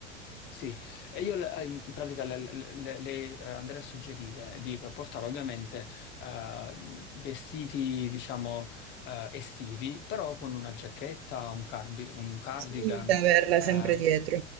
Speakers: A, on the left; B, on the right.
A: sì, e io eh, in pratica le, le- le- le, eh, andrei a suggerire di portare ovviamente eh, vestiti, diciamo, eh, estivi, però con una giacchetta, un, cardi- un cardigan,
B: Sì, da averla sempre
A: eh,
B: dietro.